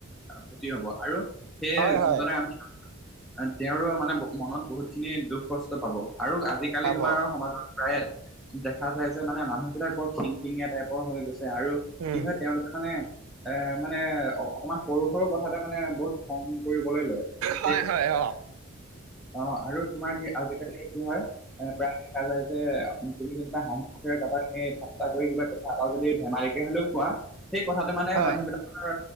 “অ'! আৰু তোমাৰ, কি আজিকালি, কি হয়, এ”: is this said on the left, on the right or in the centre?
Centre